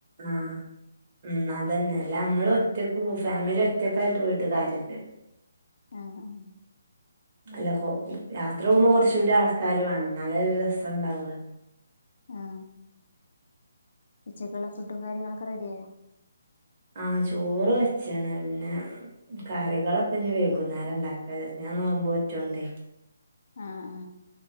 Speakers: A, on the right (about 45°); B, on the left (about 60°).
A: ആ മ്മ് അതന്നെ അല്ല നമ്മള് ഒറ്റക്ക് പോ ഫാമിലി ഒറ്റക്കായിട്ട് പോയിട്ട് കാര്യല്ലല്ലോ
B: ആഹ് ആഹ്
A: അല്ല കൊ യാത്ര പോകുമ്പോ കുറച്ച കൂടി ആൾക്കാര് വാണം ഇന്നാലെ ഒരു രസുണ്ടാവുള്ളു
B: ആ ഉച്ചക്കുള്ള ഫുഡും കാര്യങ്ങളൊക്കെ റെഡിയായോ
A: ആ ചോറ് വെച്ച്ണ് പിന്നെ കറികളൊക്കെ ഇനി വൈകുന്നേരം ഇണ്ടാക്കാ ചാരിച്ച് ഞാ നോമ്പോറ്റോണ്ടേ
B: ആ ആ